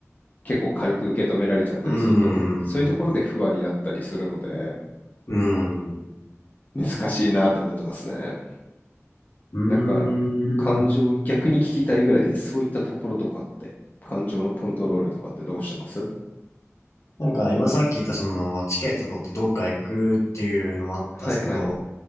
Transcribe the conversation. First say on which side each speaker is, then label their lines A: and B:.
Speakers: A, on the left (about 30°); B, on the left (about 65°).
A: 結構軽く受け止められちゃったりすると、
B: うーん。
A: そういうところで不安になったりするので、
B: うーん。う
A: 難しいなって思ってますね。
B: ーん。
A: だから感情を逆に聞きたいぐらいでそういったところとかって、感情のコントロールとかってどうしてます
B: なんか今さっき言ったそのチケット取ってどっか行くっていうのもあったんですけど、
A: はいはい。